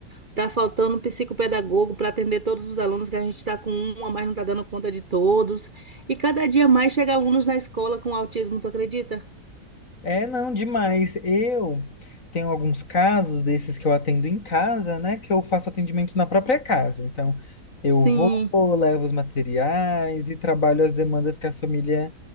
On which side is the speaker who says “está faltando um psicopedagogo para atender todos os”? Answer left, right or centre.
Right